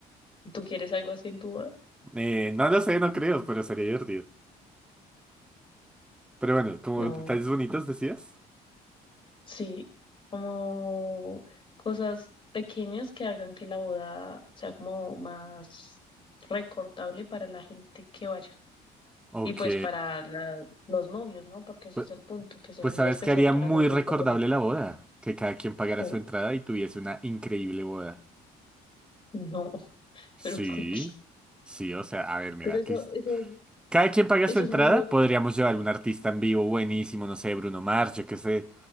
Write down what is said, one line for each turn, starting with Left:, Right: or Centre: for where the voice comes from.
Left: ¿Tú quieres algo así en tu boda?
Centre: Eh, no lo sé, no creo, pero sería divertido. Pero bueno, como
Left: No.
Centre: detalles bonitos decías.
Left: Sí, como cosas pequeñas que hagan que la boda sea como más recordable para la gente que vaya.
Centre: Ok.
Left: Y pues para la- los novios, ¿no? Porque ese
Centre: Pu-
Left: es el punto, que sea
Centre: Pues,
Left: un
Centre: sabes
Left: día especial
Centre: que haría
Left: para
Centre: muy
Left: las dos
Centre: recordable
Left: personas.
Centre: la boda. Que cada quien pagara
Left: ¿Qué?
Centre: su entrada y tuviese una increíble boda.
Left: No, <laughs>
Centre: Sí.
Left: pero ¿por qué?
Centre: Sí, o sea, a ver, mira,
Left: Pero eso,
Centre: que
Left: eso, es-
Centre: cada quien paga
Left: eso
Centre: su entrada,
Left: es muy
Centre: podríamos llevar un artista en vivo buenísimo, no sé, Bruno Mars, yo qué sé.